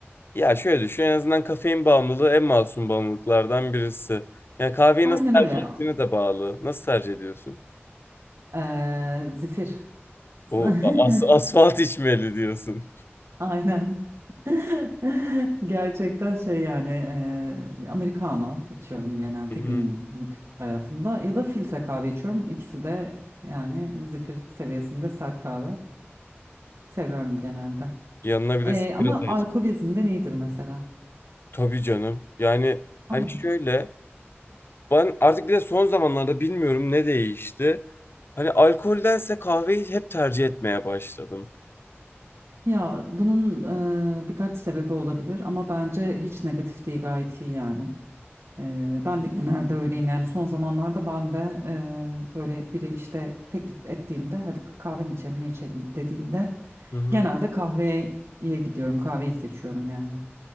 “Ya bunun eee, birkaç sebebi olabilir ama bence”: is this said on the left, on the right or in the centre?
Right